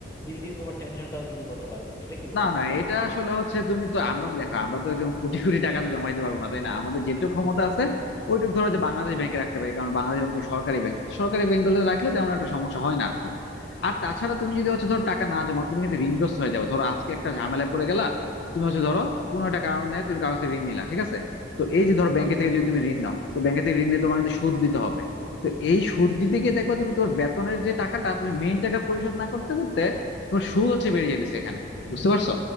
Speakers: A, on the left (about 15°); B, on the left (about 65°).
A: দিন দিন তোমার টেনশনটাও কিন্তু তত বাড়বে এটা কি বলো
B: না না এটা আসলে হচ্ছে তুমি তো আমরা তো দেখো আমরা তো এরকম কোটি কোটি টাকা তো জমাইতে পারবো না তাই না আমাদের যেটুকু ক্ষমতা আছে ওইটুকু ধরো যে বাংলাদেশ ব্যাংকে রাখতে পারি কারণ বাংলাদেশ ব্যাংক সরকারি ব্যাংক সরকারি ব্যাংকগুলো রাখলে তেমন একটা সমস্যা হয় না আর কি আর তাছাড়া তুমি যদি হচ্ছে ধরো টাকা না জমা তুমি কিন্তু ঋণগ্রস্ত হয়ে যাবে ধরো আজকে একটা ঝামেলায় পড়ে গেলা তুমি হচ্ছে ধরো কোনো একটা কারণে তুমি কারো কাছে ঋণ নিলা ঠিক আছে তো এই যে ধরো ব্যাংকে থেকে যদি তুমি ঋণ নাও তো ব্যাংকে থেকে ঋণ নিয়ে তোমার কিন্তু সুদ দিতে হবে তো এই সুদ দিতে গিয়ে দেখবা তুমি তোমার বেতনের যে টাকাটা তুমি মেইন টাকা পরিশোধ না করতে করতে তোমার সুদ হচ্ছে বেড়ে যাইতেছে এখানে বুঝতে পারছো